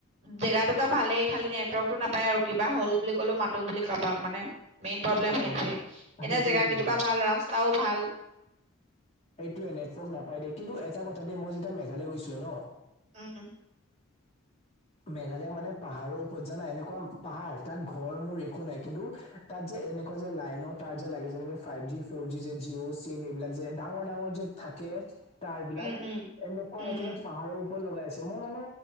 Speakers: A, on the right; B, on the left.
A: জেগাটোকোৰা ভালেই খালি নেট টো নাপায় আৰু কিবা হ'ল বুলি ক'লেও মাতো বুলি কাৰোবাক মানে মেইন প্ৰব্লেম
B: অ
A: সেইটোৱে,
B: সেইটোৱেইটো
A: এনে জেগাকিটোকা ভাল ৰাস্তাও ভাল।
B: এইটোৱে নেটৱৰ্ক নাপাই দেই কিন্তু এটা কথা দেই মই যেতিয়া মেঘালয় গৈছিলোঁ ন
A: উম।
B: মেঘালয় মানে পাহাৰৰ ওপৰত জানা এনেকুৱা পাহাৰ তাত ঘৰ মোৰ একো নাই কিন্তু তাত যে এনেকুৱা যে লাইনৰ তাৰ যে লাগে যেনেকে ফাইভ জি, ফ'ৰ জি, যে জিঅ' চিম এইবিলাক যে ডাঙৰ ডাঙৰ যে থাকে। তাঁৰ বিলাক
A: উম উম
B: এনেকুৱা
A: উম
B: একেবাৰে
A: উম
B: পাহাৰৰ ওপৰত লগায়ছে মই মানে